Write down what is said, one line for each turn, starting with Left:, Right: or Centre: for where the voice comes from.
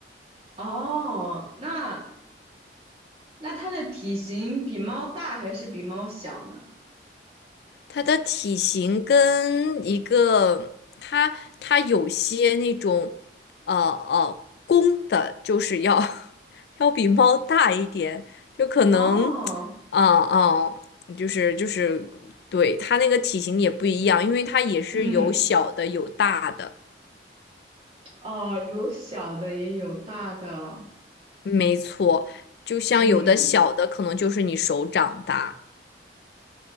Right: 哦，那那它的体型比猫大还是比猫小呢？
Left: 它的体型跟一个它它有些那种呃呃公的，就是要 <laughs> 要比猫大一点，就可能
Right: 哦，
Left: 啊啊、就是就是对它那个体型也不一样，因为它也是有小的有大的，
Right: 嗯，哦，有小的也有大的，
Left: 没错，就像有的小的可能就是你手掌大。
Right: 嗯，